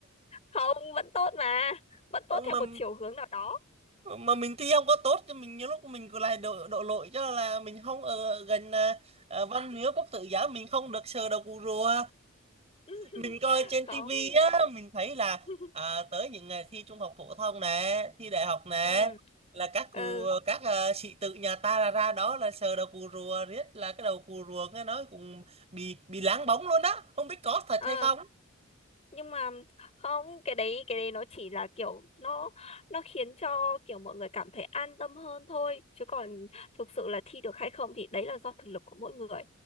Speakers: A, on the left; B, on the right.
A: không vẫn tốt mà vẫn
B: Ờ,
A: tốt
B: mà
A: theo một chiều hướng nào đó
B: mà mình thi không có tốt thì mình nhiều lúc mình cứ lại đổ đổ lỗi cho là mình không ở gần à, à, văn miếu quốc tử giám mình không được sờ đầu cụ rùa
A: <laughs>
B: mình coi trên
A: không
B: tivi á mình thấy là
A: <laughs>
B: à, tới những ngày thi trung học phổ thông nè thi đại học nè
A: ừ
B: là các cụ
A: ừ
B: các à, sĩ tử nhà ta là ra đó là sờ đầu cụ rùa riết là cái đầu cụ rùa nghe nói cũng bị bị láng bóng luôn á không biết có thật
A: ờ
B: hay không
A: nhưng mà không cái đấy cái đấy nó chỉ là kiểu nó nó khiến cho kiểu mọi người cảm thấy an tâm hơn thôi chứ còn thực sự là thi được hay không thì đấy là do thực lực của mỗi người